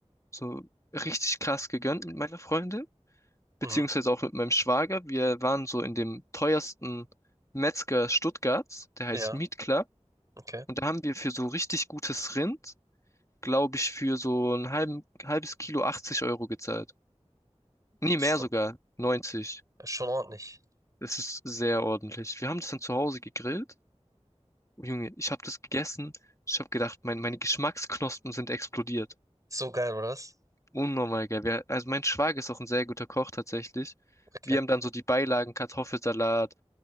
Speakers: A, on the left; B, on the right.
A: so richtig krass gegönnt mit meiner Freundin, beziehungsweise
B: Mhm.
A: auch mit meinem Schwager. Wir waren so in dem teuersten Metzger Stuttgarts, der heißt
B: Ja,
A: Meat Club.
B: okay.
A: Und da haben wir für so richtig gutes Rind glaube ich, für so ein halben, halbes Kilo 80 Euro gezahlt. Nee,
B: Ist
A: mehr
B: schon,
A: sogar. 90.
B: ist schon ordentlich.
A: Es ist sehr ordentlich. Wir haben das dann zu Hause gegrillt. Oh Junge, ich habe das gegessen. Ich habe gedacht, mein, meine Geschmacksknospen sind explodiert.
B: So geil, oder was?
A: Unnormal geil. Wir, also mein Schwager ist auch ein sehr guter Koch tatsächlich.
B: Okay.
A: Wir haben dann so die Beilagen, Kartoffelsalat,